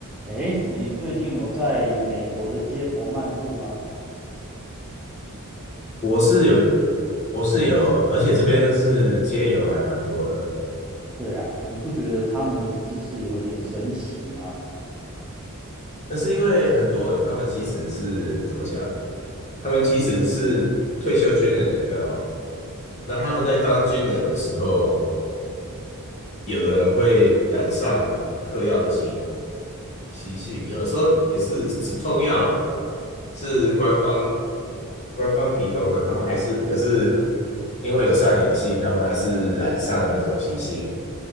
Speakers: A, in the centre; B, on the left.
A: 诶，你最近有在美国的街头漫步吗？
B: 我是有，我是有，而且这边是街友还蛮多的。
A: 对啊，你不觉得他们的姿势有一点神奇吗？
B: 但是因为很多人他们其实是怎么讲？他们其实是退休军人，有没有？那他们在当军人的时候，有的人会染上嗑药的习习性，有的时候也是止痛药是官方官方提供的，他们还是可是因为有上瘾性，他们还是染上了那种习性。